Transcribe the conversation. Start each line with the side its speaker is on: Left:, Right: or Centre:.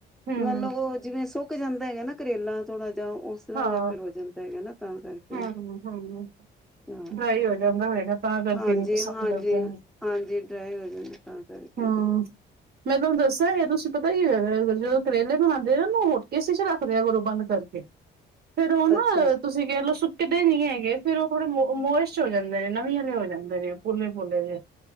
Right: ਹੂੰ
Centre: ਮਤਲਬ ਉਹ ਜਿਵੇਂ ਸੁ ਸੁੱਕ ਜਾਂਦਾ। ਹੈਗਾ ਨਾ ਕਰੇਲਾ ਥੋੜਾ ਜਿਹਾ ਉਸ ਤਰ੍ਹਾਂ
Right: ਹਾਂ,
Centre: ਦਾ ਫਿਰ ਹੋ ਜਾਂਦਾ ਹੈਗਾ ਨਾ ਤਾਂ ਕਰਕੇ
Right: ਹੂੰ ਹੂੰ ਹੂੰ,
Centre: ਹਾਂ
Right: ਡਰਾਈ ਹੋ ਜਾਂਦਾ ਹੋਏਗਾ ਤਾਂ ਕਰਕੇ
Centre: ਹਾਂਜੀ
Right: ਨੀ ਪਸੰਦ
Centre: ਹਾਂਜੀ
Right: ਕਰਦਾ,
Centre: ਹਾਂਜੀ ਡਰਾਈ ਹੋ ਜਾਂਦਾ ਤਾਂ ਕਰਕੇ
Right: ਹੂੰ, ਮੈਂ ਤੁਹਾਨੂੰ ਦੱਸਾ ਇਹ ਤੁਸੀਂ ਪਤਾ ਕੀਂ ਕਰਿਆ ਕਰੋ ਕਰੇਲੇ ਬਣਾਉਂਦੇ ਉ, ਇਹ ਨੂੰ ਹੋਟ ਕੇਸ ਚ ਰੱਖ ਦਿਆ ਕਰੋ ਬੰਦ ਕਰਕੇ। ਫੇਰ ਉਹ ਨਾ
Centre: ਅੱਛਾ
Right: ਤੁਸੀਂ ਕਹਿ ਲਓ ਕਿਤੇ ਨੀ ਹੈਗੇ ਫੇਰ ਉਹ ਥੋੜੇ ਮੋਇਸ ਹੋ ਜਾਂਦੇ ਨੇ, ਨਵੇਂ ਨਵੇਂ ਹੋ ਜਾਂਦੇ ਨੇ, ਪੋਲੇ ਪੋਲੇ ਜਿਹ